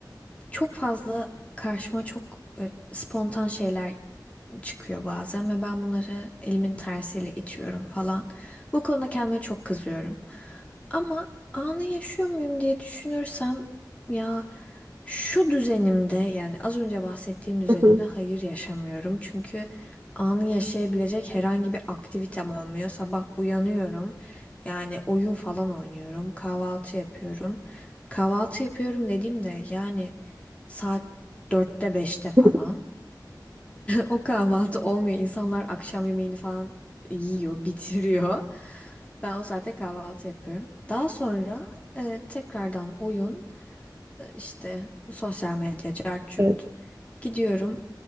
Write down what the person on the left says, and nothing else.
Çok fazla karşıma çok böyle spontan şeyler çıkıyor bazen ve ben bunları elimin tersiyle itiyorum falan. Bu konuda kendime çok kızıyorum. Ama anı yaşıyor muyum diye düşünürsem ya şu düzenimde yani az önce bahsettiğim düzenimde
hayır yaşamıyorum. Çünkü anı yaşayabilecek herhangi bir aktivitem olmuyor. Sabah uyanıyorum. Yani oyun falan oynuyorum. Kahvaltı yapıyorum. Kahvaltı yapıyorum dediğimde yani saat dörtte beşte falan.
O kahvaltı olmuyor. İnsanlar akşam yemeğini falan yiyor, bitiriyor. Ben o saatte kahvaltı yapıyorum. Daha sonra e, tekrardan oyun, e, işte sosyal medya, cart curt.
Gidiyorum